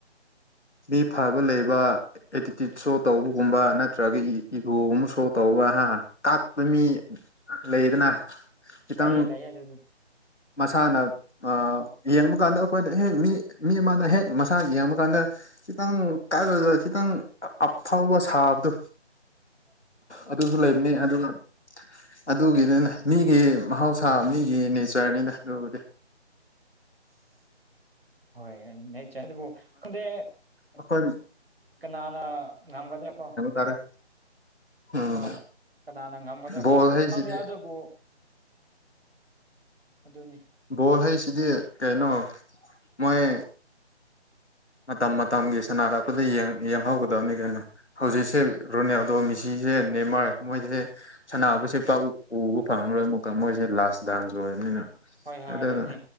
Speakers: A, on the right (about 60°); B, on the left (about 75°).
A: ꯭꯭꯭
B: ꯃꯤ ꯐꯕ ꯂꯩꯕ ꯑꯦꯇꯤꯇ꯭ꯌꯨꯠ ꯁꯣ ꯇꯧꯕꯒꯨꯝꯕ ꯅꯠꯇ꯭ꯔꯒ ꯏꯒꯣꯒꯨꯝꯕ ꯁꯣ ꯇꯧꯕ ꯍꯥ ꯑ ꯇꯥꯛꯄ ꯃꯤ ꯂꯩꯗꯅ ꯈꯤꯇꯪ
A: ꯂꯥꯏꯌꯦ ꯂꯩꯌꯦ ꯑꯗꯨꯗꯤ
B: ꯃꯁꯥꯅ ꯑ ꯌꯦꯡꯕ ꯀꯥꯟꯗ ꯑꯩꯈꯣꯏꯗ ꯍꯦꯛ ꯃꯤ ꯃꯤ ꯑꯃꯅ ꯍꯦꯛ ꯃꯁꯥ ꯌꯦꯡꯕ ꯀꯥꯟꯗ ꯈꯤꯇꯪ ꯀꯛꯂꯒ ꯈꯤꯇꯪ ꯑ ꯑ ꯐꯥꯎꯕ ꯁꯥꯕꯗꯨ
A: ꯭
B: ꯑꯗꯨꯁꯨ ꯂꯩꯕꯅꯤ ꯑꯗꯨꯒ ꯑꯗꯨꯒꯤꯅꯤꯅꯦ ꯃꯤꯒꯤ ꯃꯍꯧꯁꯥ ꯃꯤꯒꯤ ꯅꯦꯆꯔꯅꯤꯗ ꯑꯗꯨꯕꯨꯗꯤ
A: ꯐꯤꯁ ꯍꯣꯏ ꯅꯦꯆꯔ ꯑꯗꯨꯕꯨ ꯈꯪꯗꯦ
B: ꯑꯈꯣꯏꯅꯤ
A: ꯀꯅꯥꯅ ꯉꯝꯒꯗ꯭ꯔꯥ ꯀꯣ
B: ꯇꯥꯔꯦ ꯎꯝ
A: ꯍꯣꯏ ꯀꯅꯥꯅ ꯉꯝꯒꯗ꯭ꯔꯥ
B: ꯕꯣꯜ ꯍꯩꯁꯤꯗꯤ
A: ꯈꯪꯗꯦ ꯑꯗꯨꯕꯨ ꯑꯗꯨꯅꯤ
B: ꯒꯣꯜ ꯍꯥꯏꯁꯤꯗꯤ ꯀꯩꯅꯣ ꯃꯣꯏ ꯃꯇꯝ ꯃꯇꯝꯒꯤ ꯁꯅꯔꯛꯄꯗ ꯌꯦꯡ ꯌꯦꯡꯍꯧꯒꯗꯕꯅꯤ ꯀꯩꯅꯣ ꯍꯧꯖꯤꯛꯁꯦ ꯔꯣꯅꯦꯜꯗꯣ ꯃꯦꯁꯤ ꯁꯤꯁꯦ ꯅꯦꯝꯃꯥꯔ ꯃꯣꯏꯁꯦ ꯁꯅꯥꯕꯁꯦ ꯄꯥꯛ ꯎꯕ ꯐꯪꯔꯔꯣꯏ ꯑꯃꯨꯛꯀ ꯃꯣꯏꯁꯦ ꯂꯥꯁ ꯗꯥꯟꯁ ꯑꯣꯏꯕꯅꯤꯅ
A: ꯍꯣꯏ ꯍꯣꯏ
B: ꯑꯗꯨꯅ
A: ꯑꯗꯨꯅꯤ